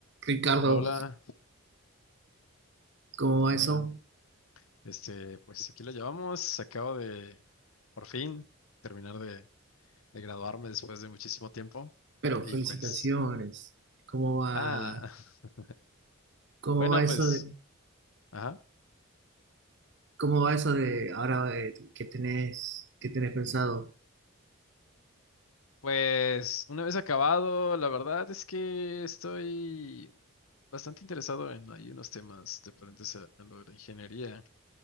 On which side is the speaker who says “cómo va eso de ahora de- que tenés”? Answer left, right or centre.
Right